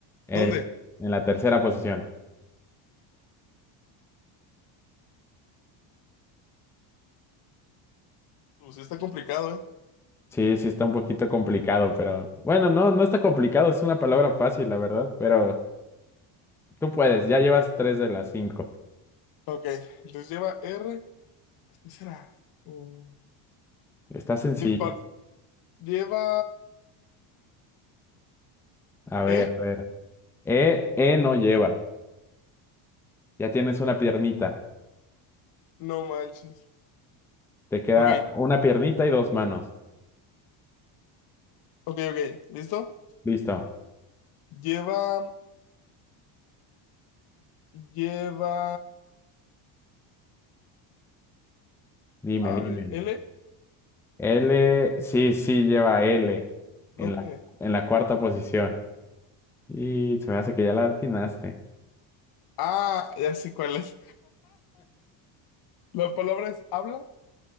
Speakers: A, in the centre; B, on the left.
A: En,
B: ¿Dónde?
A: en la tercera posición.
B: Pues está complicado, ¿eh?
A: Sí, sí está un poquito complicado, pero bueno, no, no está complicado, es una palabra fácil, la verdad, pero... Tú puedes, ya llevas tres de las cinco.
B: Ok, entonces lleva R. ¿Qué será? Mm,
A: Está sencilla.
B: mi par- lleva
A: A ver,
B: E.
A: a ver. E, E no lleva. Ya tienes una piernita.
B: No manches.
A: Te queda
B: Ok,
A: una piernita y dos manos.
B: ok, ok. ¿Listo?
A: Listo.
B: Lleva. Lleva.
A: Dime,
B: A
A: dime.
B: ver, ¿L?
A: L, sí, sí, lleva L
B: ¿Dónde?
A: en la, en la cuarta posición. Y se me hace que ya la atinaste.
B: Ah, ya sé cuál es. La palabra es habla.